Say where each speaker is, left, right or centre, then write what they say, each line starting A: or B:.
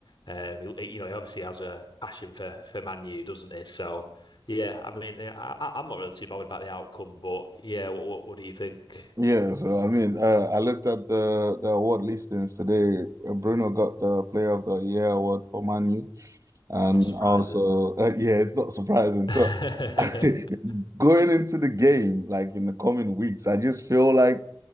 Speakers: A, on the left; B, on the right.
A: Um, he, he- you know, he obviously has a passion for for Man U, doesn't he? So, yeah, I mean, yeah, I, I- I'm not really too bothered about the outcome, but yeah, what what, what do you think?
B: Yeah, so I mean, uh, I looked at the the award listings today. Uh, Bruno got the Player of the Year award for Manu, and
A: Not surprising.
B: also, uh, <laughs> yeah, it's not surprising.
A: <laughs>
B: So, <laughs> going into the game, like in the coming weeks, I just feel like